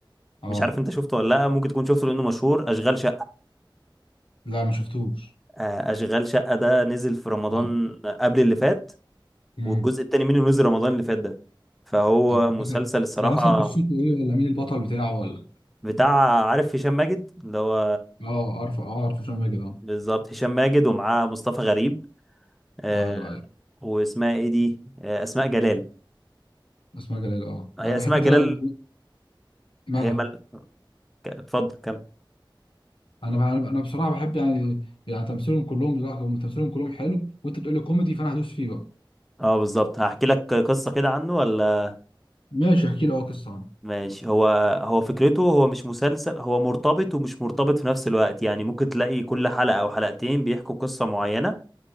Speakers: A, on the left (about 85°); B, in the centre.
A: اه
B: مش عارف انت شفته ولا لا ممكن تكون شفته لانه مشهور اشغال شقة
A: لا ما شفتوش
B: آه، اشغال شقة ده نزل في رمضان
A: اه
B: قبل اللي فات
A: امم
B: والجزء التاني منه نزل رمضان اللي فات ده فهو
A: طب كوميدي
B: مسلسل الصراحة
A: ده اصلا قصته ايه ولا مين البطل بتاعه ولا
B: بتاع عارف هشام ماجد اللي هو
A: اه عارفه اه عارفه هشام ماجد اه
B: بالظبط هشام ماجد ومعاه مصطفى غريب آه
A: ايوه ايوه
B: واسمها ايه دي آه اسماء جلال
A: اسماء جلال اه
B: هي
A: انا بحب
B: اسماء جلال
A: تلعب مالها
B: هي مل... ك- اتفضل كم
A: انا انا أنا بصراحه بحب يعني يعني تمثيلهم كلهم لا هم تمثيلهم كلهم حلو وانت بتقول لي كوميدي فانا هدوس فيه بقى
B: اه بالظبط هحكي لك قصة كده عنه ولا
A: ماشي احكي لي اه قصه عنه
B: ماشي هو هو فكرته هو مش مسلسل هو مرتبط ومش مرتبط في نفس الوقت يعني ممكن تلاقي كل حلقة او حلقتين بيحكوا قصة معينة